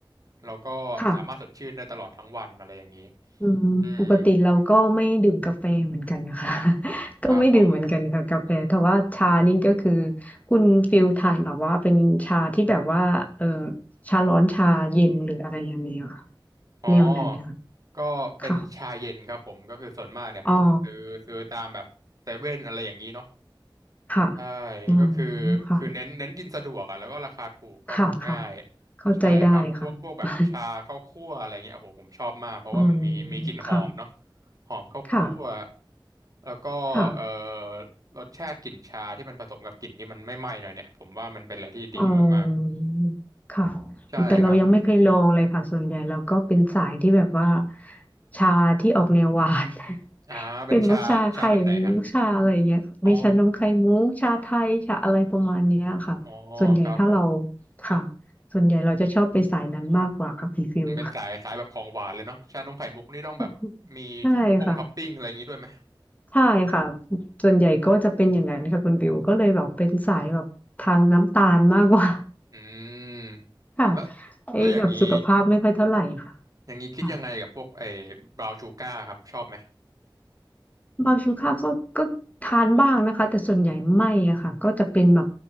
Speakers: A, on the right; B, on the left.
A: เราก็สามารถสดชื่นได้ตลอดทั้งวันอะไรอย่างนี้
B: ค่ะอืมปกติเราก็ไม่ดื่มกาแฟเหมือนกันนะคะ
A: อืม
B: <laughs> ก็ไม่ดื่มเหมือนกันค่ะกาแฟแต่ว่าชานี่ก็คือ
A: ครับผม
B: คุณฟิลทานแบบว่าเป็นชาที่แบบว่าเออชาร้อนชาเย็นหรืออะไรยังไงอะค่ะ
A: อ๋อ
B: แนวไหนนะคะ
A: ก็เป็นชาเย็นครับผมก็คือส่วนมากเนี่ยผมจะซื้อซื้อตามแบบเซเว่นอะไรอย่างนี้เนาะ
B: ค่ะอ๋อค่ะ
A: ใช่
B: อืม
A: ก็คือ
B: ค่ะ
A: คือเน้นเน้นกินสะดวกอ่ะแล้วก็ราคาถูกเข้าถึงง่าย
B: ค่ะค่ะเข้าใจได้ค่ะ
A: ใช่ครับพวกพวกแบบชาข้าวคั่วอะไรเงี้ยโอ้โหผมชอบมากเพราะว่ามันมีมีกลิ่นหอมเนาะ
B: <laughs> อืมค่ะ
A: หอมข้าวคั่ว
B: ค่ะ
A: แล้วก็เอ่อรสชาติกลิ่นชาที่มันผสมกับกลิ่นที่มันไม่ไหม้หน่อยเนี่ยผมว่ามันเป็นอะไรที่ดีมาก
B: ค่ะเออค่ะอุ๊ยแต่เรายังไม่เคยลองเลยค่ะส่วนใหญ่เราก็เป็นสายที่แบบว่า
A: ๆใช่ครับ
B: ชาที่ออกแนวหวาน <laughs>
A: อ่าเป็นชาชาแบบไหนฮะ
B: เป็นพวกชาไข่มุกชาอะไรอย่างเงี้ยมีชานมไข่มุกชาไทย
A: อ๋อ
B: ชาอะไรประมาณเนี้ยค่ะส่วนใหญ่ถ้าเรา
A: อ๋อครับผม
B: ค่ะ ส่วนใหญ่เราจะชอบไปสายนั้นมากกว่าค่ะพี่ฟิว
A: มันเป็นสายสายแบบของหวานเลยเนาะชานมไข่มุกนี่ต้องแบบมีท็อปป้งท็อปปิ้งอะไรอย่างงี้ด้วยไหม
B: <laughs> ใช่ค่ะ ใช่ค่ะส่วนใหญ่ก็จะเป็นอย่างนั้นค่ะคุณบิวก็เลยแบบเป็นสายแบบทางน้ำตาลมากกว่า
A: อืม
B: <laughs> ค่ะ
A: แล้ว
B: ไอ้แบบสุขภาพไม่ค่อยเท่าไหร่ค่ะ
A: แล้วอย่างนี้อย่างนี้คิดยังไงกับพวกไอ้
B: ค่ะ
A: บราวน์ชูการ์ครับชอบไหม
B: บาชูค่าก็ก็ทานบ้างนะคะแต่ส่วนใหญ่ไม่อะค่ะก็จะเป็นแบบ